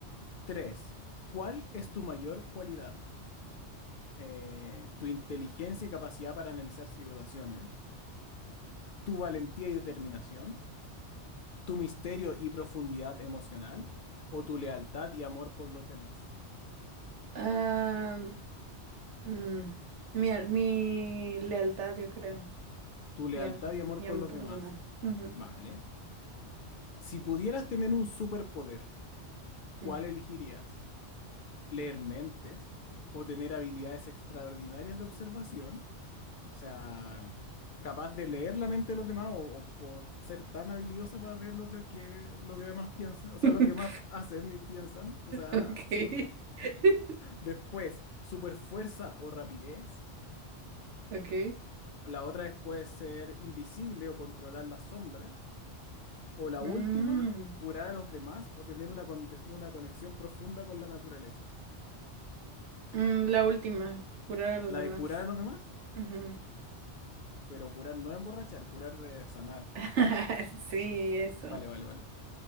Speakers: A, on the left (about 55°); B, on the right (about 85°).
A: tres. ¿Cuál es tu mayor cualidad? Eh, tu inteligencia y capacidad para analizar situaciones, tu valentía y determinación, tu misterio y profundidad emocional, o tu lealtad y amor por los demás.
B: Ah, mm, mi, al- mi lealtad, yo creo.
A: Tu lealtad
B: Y amo,
A: y amor
B: y
A: por
B: amo
A: los
B: por
A: demás.
B: los demás. Ujú,
A: Vale. Si pudieras tener un superpoder, ¿cuál
B: mm.
A: elegirías? ¿Leer mentes o tener habilidades extraordinarias de observación? O sea, capaz de leer la mente de los demás o, o- o ser tan habilidosa para ver lo de que, lo que demás piensan, o sea,
B: <laughs>
A: lo que más hacen y piensan, o sea,
B: Ok.
A: sí.
B: <laughs>
A: Después, super fuerza o rapidez.
B: Ok.
A: La otra es puede ser invisible o controlar las sombras. O la
B: Mm,
A: última, curar a los demás o tener una, con- una conexión profunda con la naturaleza.
B: mm, la última, curar a los
A: La
B: demás.
A: de curar a los demás,
B: Ujú.
A: pero curar no emborrachar, curar de sanar.
B: <laughs> Sí, eso.
A: Vale, vale, vale.